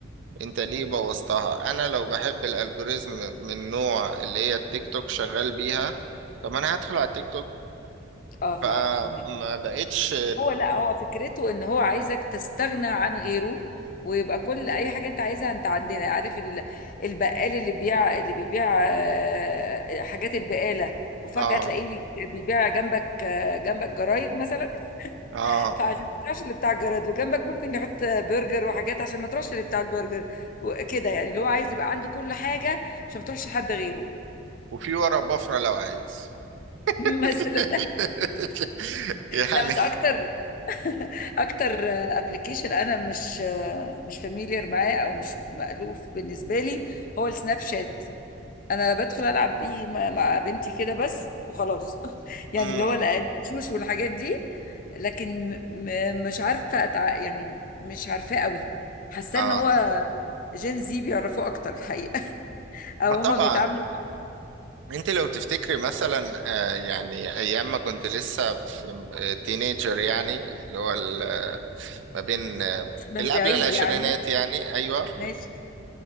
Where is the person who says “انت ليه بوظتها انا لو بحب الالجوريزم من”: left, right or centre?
Right